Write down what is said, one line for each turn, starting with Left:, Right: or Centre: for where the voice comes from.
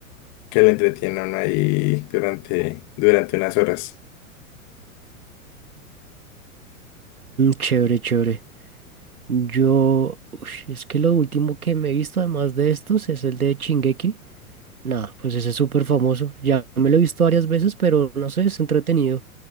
Left: que lo entretiene a uno ahí durante, durante unas horas.
Right: chévere, chévere. Yo, ush, es que lo último que me he visto, además de estos, es el de Shingeki. Nada, pues ese es súper famoso. Ya me lo he visto varias veces, pero no sé, es entretenido.